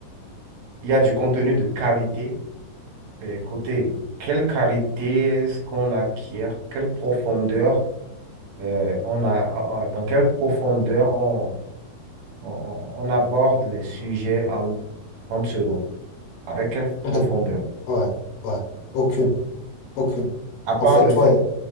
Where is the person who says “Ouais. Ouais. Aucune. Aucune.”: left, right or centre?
Left